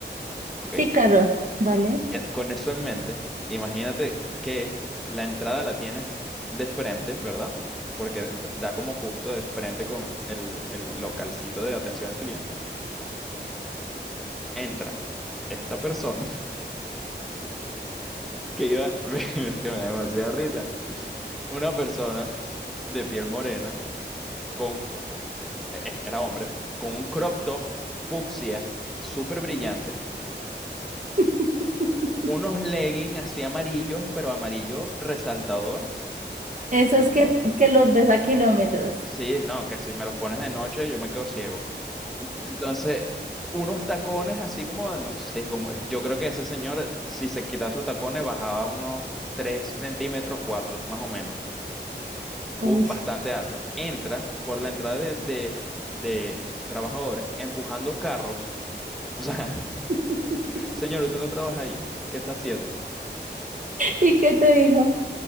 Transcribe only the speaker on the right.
Sí, claro, vale.
<laughs>
Esos que, que los ves a kilómetros.
Uy.
<laughs>
¿Y qué te dijo?